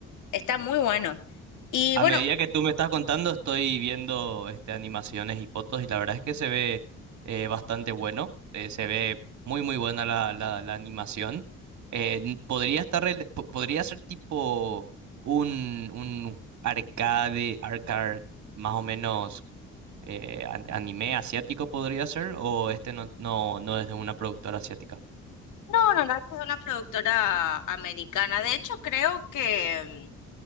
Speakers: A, on the left; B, on the right.
A: Está muy bueno. Y
B: A
A: bueno,
B: medida que tú me estás contando, estoy viendo este, animaciones y fotos y la verdad es que se ve eh, bastante bueno, eh, se ve muy muy buena la, la, la animación. Eh, n- podría estar, rel- po- podría ser tipo un, un arcade, arcade más o menos eh, an- anime asiático podría ser o este no, no, no es de una productora asiática.
A: no, no, no, es una productora americana. De hecho, creo que